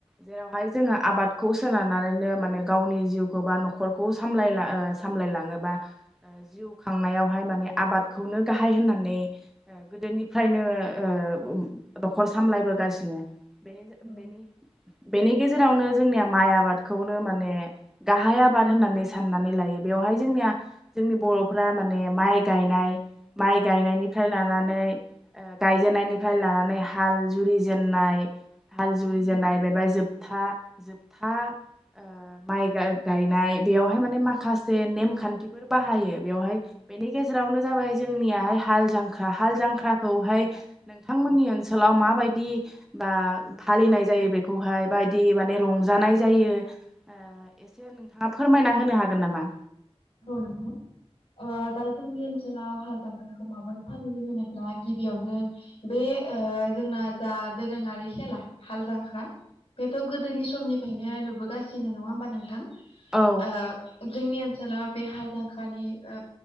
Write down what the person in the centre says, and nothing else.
जेरावहाय जोङो आबादखौ सोनारनानैनो माने गावनि जिउखौ बा न'खरखौ सामलायला ओ साम लाय लाङोबा जिउ खांनायावहाय माने आबादखौनो गाहाय होननानै ओ गोदोनिफ्रायनो ओ ओ न'खर सामलायबो गासिनो बेनि
बेनि। बेनि गेजेरावनो जोंनिया माइ आबादखौनो माने गाहाय आबाद होननानै साननानै लायो। बेवहाय जोंनिया जोंनि बर'फ्रा माने माइ गायनाय माइ गायनायनिफ्राय लानानै ओ गायजेननायनिफ्राय लानानै हाल जुरि जेननाय हाल जुर जेननाय
बेबाय जोबथा जोबथा ओ माइ गाय गायनाय बेवहाय माने माखासे नेमखान्थिफोर बाहायो बेवहाय बेनि गेजेरावनो जाबाय जोंनियाहाय हाल जांख्रा हाल जांख्राखौहाय नोंथांमोननि ओनसोल व माबायदि बा फालिनाय जायो बेखौहाय बायदि माने रंजानाय जायो ओ एसे नोंथाङा फोरमायना होनो हागोन नामा?
औ